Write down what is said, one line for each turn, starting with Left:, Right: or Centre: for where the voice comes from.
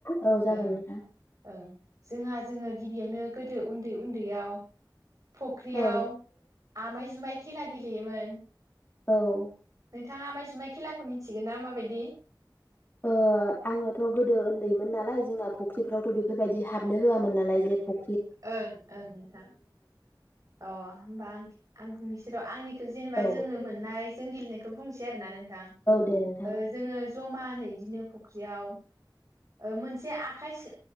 Left: औ जागोन
Right: ओं
Left: नोंथां
Right: ओं। जोंहा जोङो गिबियावनो गोदो उन्दै-उन्दैयाव। फख्रियाव
Left: औ
Right: आमाय जुमाय। खेला गेलेयोमोन।
Left: औ।
Right: नोंथाङा आमाइ-जुमाय खेलाखौ मिथिगोन ना माबायदि?
Left: ओ आङोथ' गोदो ओन्दैमोन नालाय जोंना फख्रिफ्रावथ' बेफोरबायदि हाबनो होआमोन नालाय जे फ
Right: ओं ओं नोंथां अ होमबा आंखि आं। निसोरो आंनि। खो जेनेबा
Left: औ
Right: जोङो मोननाय जों गेलेनायखो बुंसै आरोना नोंथां
Left: दे नोंथां
Right: ओ जोङो जमानो इदिनो फ ख्रियाव। ओ मोनसे आखाइ सो